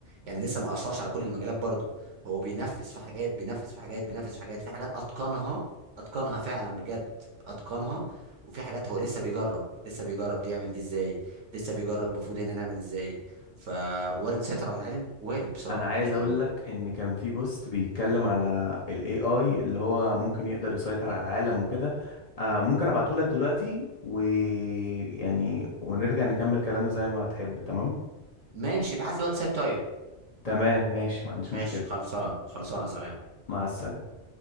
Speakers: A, on the right; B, on the left.
A: يعني لسه ما أثرش على كل المجالات برضه هو بينفذ في حاجات بينفذ في حاجات بينفذ في حاجات في حاجات أتقنها أتقنها فعلا بجد أتقنها وفي حاجات هو لسه بيجرب لسه بيجرب دي يعمل دي ازاي لسه بيجرب المفروض هنا نعمل ازاي فوارد سيطر على العالم وارد بصراحة
B: انا عايز
A: لأن
B: اقول لك ان كان في بوست بيتكلم على الاي اي اللي هو ممكن يقدر يسيطر على العالم وكده آه ممكن ابعته لك دلوقتي ويعني ونرجع نكمل كلامنا زي ما تحب تمام
A: ماشي ابعت لي واتساب طيب
B: تمام ماشي ما عنديش
A: ماشي
B: مشكلة
A: خلصانه خلصانه سلام
B: مع السلامة